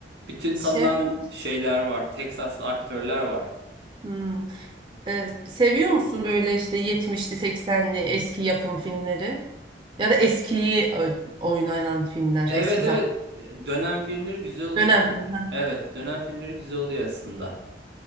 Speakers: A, on the right (about 80°); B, on the right (about 25°).
A: bütün tanınan
B: şey yapıyor musun?
A: şeyler var. Texaslı aktörler var.
B: Hmm. Ee, seviyor musun böyle işte yetmişli seksenli eski yapım filmleri? Ya da eskiyi ö- oynanan filmler
A: Evet
B: eski zaman
A: evet E, dönem filmleri güzel oluyor.
B: dönem filmi. ha.
A: Evet dönem filmleri güzel oluyor aslında.